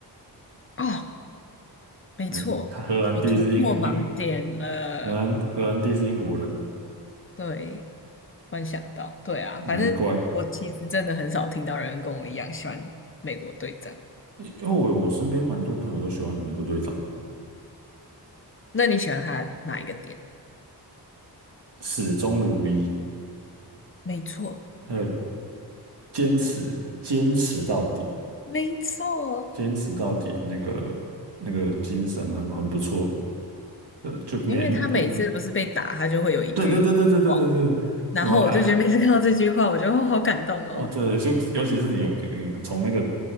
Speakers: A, on the left (about 30°); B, on the right (about 85°).
A: 哦，没错，
B: 嗯，他荷兰弟是英英
A: 你突破盲点了。
B: 荷兰荷兰弟是英国人，
A: 对，突然想到，对啊，
B: 难怪，
A: 反正我其实真的很少听到人跟我一样喜欢美国队长。
B: 因因为我我身边蛮多朋友都喜欢美国队长，
A: 那你喜欢他哪一个点？
B: 始终如一，
A: 没错，
B: 还有坚持坚持到底。
A: 没错，
B: 坚持到底的那个那个精神很很不错，呃，就没不，
A: 因为他每次不是被打，他就会有一句话，
B: 对对对对对对对对，
A: 然后我就觉得每次看到这句话，
B: 什么爱
A: 我就哦好感动哦。
B: 哦，对，就尤其是你有你从那个